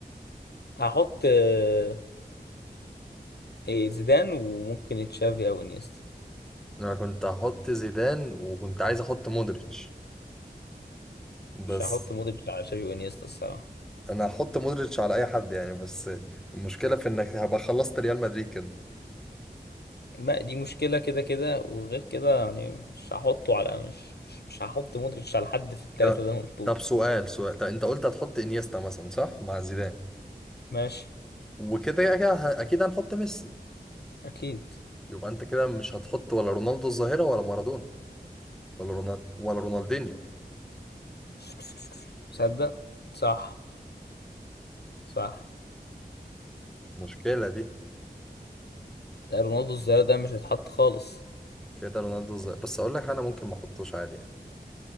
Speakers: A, on the left; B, in the centre.
A: هحط آه... إيه، زيدان وممكن تشافي او انيستا
B: انا كنت هحط زيدان وكنت عايز احط مودريتش بس
A: مش هحط مودريتش على تشافي وانيستا الصراحة
B: انا هحط مودريتش على اي حد يعني بس المشكله في انك هبقى خلصت ريال مدريد كده
A: ما دي مشكلة كده كده وغير كده يعني مش هحطه على مش مش, مش هحط مودريتش على حد في التلاتة
B: ط-
A: اللي انا قلتهم
B: طب سؤال سؤال طب انت قلت هتحط انيستا مثلا صح مع زيدان
A: ماشي
B: وكده كده كده ه- اكيد هنحط ميسي
A: اكيد
B: يبقى انت كده مش هتحط ولا رونالدو الظاهره ولا مارادونا ولا رونالدو ولا رونالدينيو
A: <laughs> تصدق صح صح
B: المشكله دي
A: ده رونالدو الظاهرة ده مش هيتحط خالص
B: كده رونالدو الظاهر بس اقول لك انا ممكن ما احطوش عادي يعني